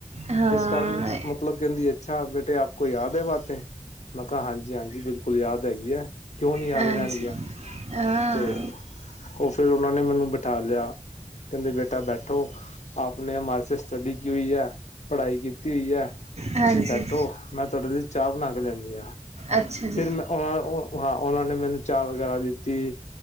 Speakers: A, on the right; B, on the left.
A: ਹਾਂ
B: ਇਸ ਕਾਰਨ ਮਤਲਬ ਕੈਂਦੀ ਅੱਛਾ ਬੇਟੇ ਆਪ ਕੋ ਯਾਦ ਐ ਬਾਤੇਂ। ਮੈਂ ਕਾ ਹਾਂਜੀ-ਹਾਂਜੀ ਬਿਲਕੁਲ ਯਾਦ ਹੈਗੀਐਂ ਕਿਓਂ ਨੀ ਯਾਦ
A: ਹਾਂਜੀ
B: ਰੈਨਗੀਆਂ
A: ਹਾਂ
B: ਤੇ ਓ ਫੇਰ ਓਨਾਂ ਨੇ ਮੈਨੂੰ ਬਿਠਾ ਲੇਆ। ਕੈਂਦੇ ਬੇਟਾ ਬੈਠੋ, ਆਪਨੇ ਹਮਾਰੇ ਸੇ ਸਟੱਡੀ ਕੀ ਹੁਈ ਐ। ਪੜਾਈ ਕੀਤੀ ਹੁਈ ਐ,
A: ਹਾਂਜੀ
B: ਤੁਸੀ ਬੈਠੋ। ਮੈਂ ਤੁਆਡੇ ਲਈ ਚਾ ਬਨਾ ਕੇ ਲੇਆਨੀ ਆ।
A: ਅੱਛਾ ਜੀ।
B: ਫੇਰ ਮੈਂ ਓਨਾਂ ਨੇ, ਓ ਹਾਂ ਓਨਾਂ ਨੇ ਮੈਨੂੰ ਚਾ ਵਗੈਰਾ ਦਿੱਤੀ।